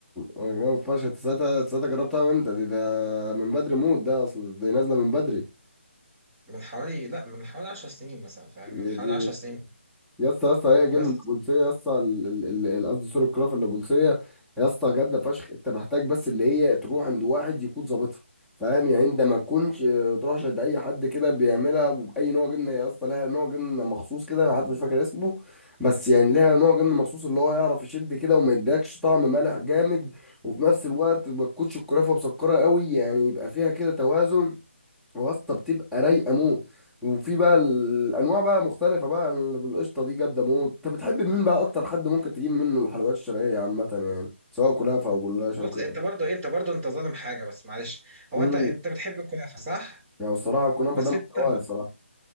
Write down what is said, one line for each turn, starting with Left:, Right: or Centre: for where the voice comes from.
Centre: جامد فشخ أنت ساعتها ساعتها جربتها امتى دي ده من بدري موت ده اصل دي نازله من بدري
Right: من حوالي لا من حوالي 10 سنين مثلا فاهم
Centre: يا
Right: من حوالي
Centre: دي
Right: 10 سنين
Centre: يا اسطى يا اسطى هي جنة
Right: بس
Centre: البوليسية يا اسطى ال- ال- ال- ال- قصدي سور الكراف البوليسية يا اسطى جامدة فشخ انت محتاج بس اللي هي تروح عند واحد يكون ظابطها فاهم يعني انت ما تكونش اه، تروحش عند اي حد كده بيعملها باي نوع جبنه يا اسطى لها نوع جبنه مخصوص كده انا حتى مش فاكر اسمه بس يعني لها نوع جبنه مخصوص اللي هو يعرف يشد كده وما يديكش طعم مالح جامد وفي نفس الوقت ما تكونش الكرافه مسكره قوي يعني يبقى فيها كده توازن واسطة بتبقى رايقة موت وفي بقى الأنواع بقى مختلفة بقى اللي بالقشطة دي جامدة موت أنت بتحب مين بقى أكتر حد ممكن تجيب منه الحلويات الشرقية عامة يعني سواء كنافة أو جلاش أو
Right: بص
Centre: كده
Right: انت برضو ايه انت برضو انت ظالم حاجه بس معلش هو
Centre: امم
Right: انت انت بتحب الكنافه صح
Centre: يعني الصراحة الكنافة
Right: بس
Centre: ده محتواي
Right: انت
Centre: الصراحة